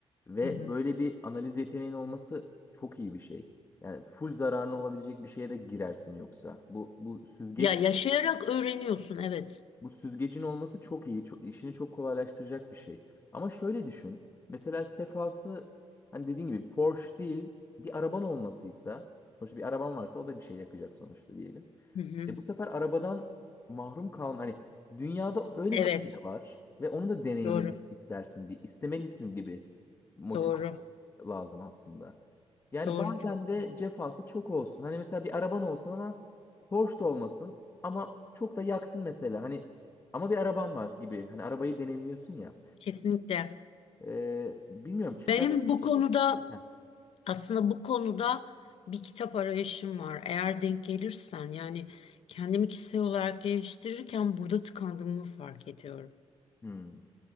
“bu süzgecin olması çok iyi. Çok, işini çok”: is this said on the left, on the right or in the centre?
Left